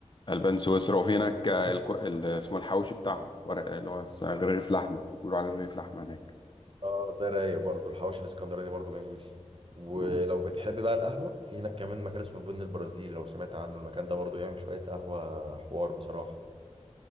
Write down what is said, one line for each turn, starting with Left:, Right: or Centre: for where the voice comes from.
Left: البان سويسرا وفي هناك الكو... ال- اسمه الحواوشي بتاعهم ورق اللي هو س- رغيف لحمه بيقولوا عليه رغيف لحمه هناك
Right: اه ده رايق برضه الحواوشي الاسكندراني برضه جميل ولو
Left: مم.
Right: بتحب بقى القهوه في هناك كمان مكان اسمه البن البرازيلي لو سمعت عنه المكان ده برضه بيعمل شويه قهوه حوار بصراحه